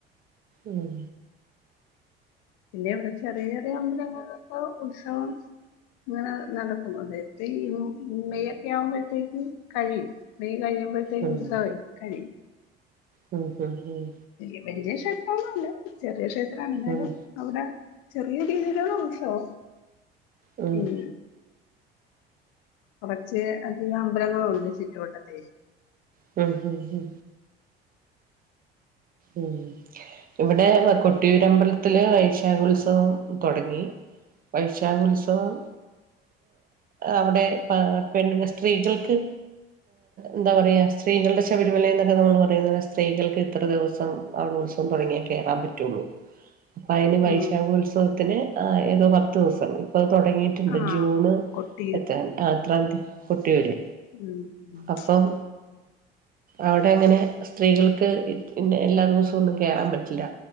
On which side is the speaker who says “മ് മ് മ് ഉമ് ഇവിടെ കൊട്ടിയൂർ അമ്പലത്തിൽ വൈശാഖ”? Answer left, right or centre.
Right